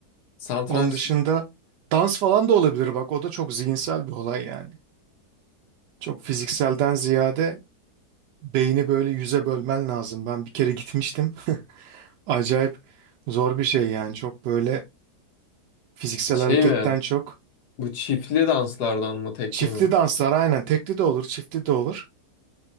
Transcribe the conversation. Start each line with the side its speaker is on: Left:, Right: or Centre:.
Left: satranç
Right: Onun dışında dans falan da olabilir bak o da çok zihinsel bir olay yani. Çok fizikselden ziyade beyni böyle yüze bölmen lazım. Ben bir kere gitmiştim. Acayip zor bir şey yani çok böyle fiziksel
Left: şey
Right: hareketten
Left: mi
Right: çok.
Left: bu çiftli danslardan mı tekli
Right: Çiftli
Left: mi?
Right: danslar aynen tekli de olur çiftli de olur.